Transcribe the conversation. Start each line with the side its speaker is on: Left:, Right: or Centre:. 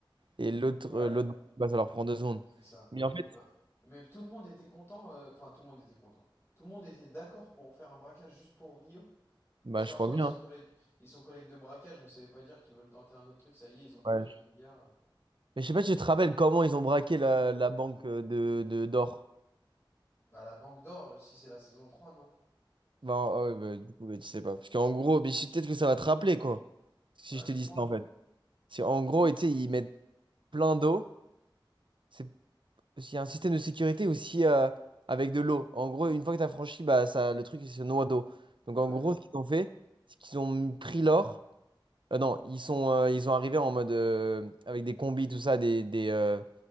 Right: Et l'autre,
Left: ouais,
Right: euh, l'autre, bah, ça leur prend deux secondes.
Left: c'est ça.
Right: Mais en fait,
Left: Non. Mais tout le monde était content, euh, enfin tout le monde était content. Tout le monde était d'accord pour faire un braquage juste pour Rio.
Right: bah,
Left: Parce
Right: je
Left: qu'en
Right: crois
Left: soi,
Right: bien.
Left: ils sont collègues, ils sont collègues de braquage, mais ça veut pas dire qu'ils veulent tenter un autre truc, ça y est, ils ont plusieurs
Right: Ouais. je-
Left: milliards.
Right: Mais je sais pas si tu te rappelles comment ils ont braqué la, la banque euh, de, de d'or.
Left: Bah, la Banque d'Or, là, si c'est la saison trois, non?
Right: Ben, ah ouais, bah, du coup, bah, tu sais pas. Parce qu'en gros, mais je- peut-être que ça va te rappeler, quoi. Si
Left: Ouais,
Right: je
Left: dis-moi.
Right: te dis ça, en fait. C'est en gros, et tu sais, ils mettent plein d'eau. C'est Parce qu'il y a un système de sécurité aussi euh, avec de l'eau. En gros, une fois que tu as franchi, bah, ça, le truc il se noie d'eau. Donc
Left: Ouais,
Right: en gros, ce qu'ils ont fait, c'est qu'ils ont pris l'or. Euh, non, ils sont, euh, ils sont arrivés en mode euh, avec des combis, tout ça, des, des, euh,